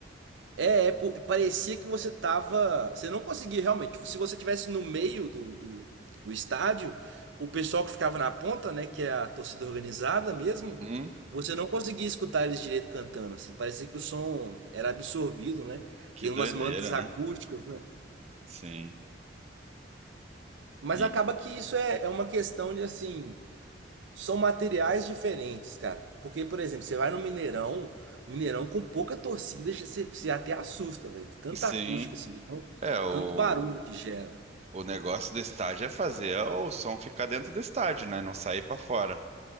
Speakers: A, on the right; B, on the right.
A: É, é, po- parecia que você tava. Você não conseguia realmente. Se você tivesse no meio do, do, do estádio, o pessoal que ficava na ponta, né, que é a torcida organizada mesmo,
B: Uhum.
A: você não conseguia escutar eles direito cantando, assim. Parecia que o som era absorvido, né?
B: Que
A: Tem
B: doideira,
A: umas mantas
B: né?
A: acústicas, né?
B: Sim.
A: Mas
B: E
A: acaba que isso é, é uma questão de, assim, São materiais diferentes, cara. Porque, por exemplo, você vai no Mineirão, Mineirão com pouca torcida, já- você, você até assusta, velho. de Tanta
B: sim,
A: acústica, assim, de tão-
B: é o,
A: tanto barulho que gera.
B: o negócio do estádio é fazer o som ficar dentro do estádio, né? Não sair pra fora.